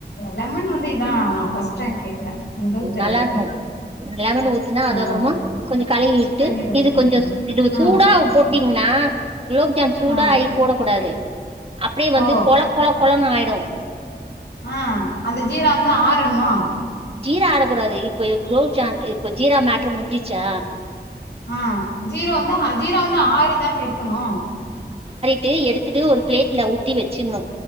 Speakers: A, on the left; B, on the right.
A: லெமன் வந்து இதா நா ஃபஸ் டைம் கேக் குற முதல் தடவை
B: நல்லா இருக்கு லெமன் ஊத்துனா அது
A: ஆ
B: அப்றமா கொஞ்ச கா ட்டு
A: சரிங்க தோழி
B: இது
A: சரிங்க
B: கொஞ்சோ
A: தோழி
B: இது சூடா
A: ஆ
B: போட்டீங்ன்னா குலோப்ஜாம் சூடா
A: ஆ
B: ஆகி போடக்க கூடாது அப்டியே வந்து
A: ஓ
B: கொழ கொழ கொழனு ஆய்டு
A: ஆ அந்த ஜீரா வந்து ஆறணுமா
B: ஜீரா ஆரக்கூடாது இப்ப குலோப்ஜான் இப்போ ஜீரா மேட் மேட்ரு முஞ்சிசா
A: ஆஹ் ஜீரா வந்தா ஜீரா வந்தா ஆரிதானே இருக்கணு
B: டு எடுத்துட்டு ஒரு பிளேட்ல ஊத்தி வச் சின்னு